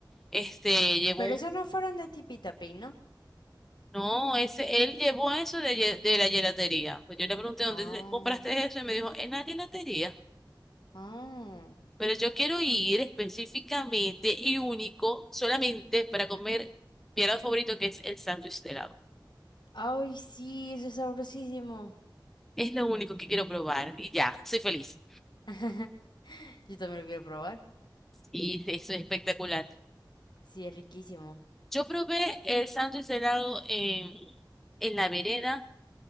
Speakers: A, in the centre; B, on the left.
A: Este, llevó
B: Pero esos
A: un,
B: no fueron de Tipi Tapín, ¿no?
A: no, ese, él llevó eso de, ye- de la gelatería. Pues yo le pregunté dónde
B: Ah.
A: te compraste eso y me dijo, en la gelatería.
B: Ah.
A: Pero yo quiero ir específicamente y único solamente para comer mi helado favorito que es el sándwich de helado.
B: Ay, sí, eso es sabrosísimo.
A: Es lo único que quiero probar y ya, soy feliz.
B: <laughs> Yo también lo quiero probar.
A: Y eso es espectacular.
B: Sí, es riquísimo.
A: Yo probé el sándwich de helado en, en la vereda,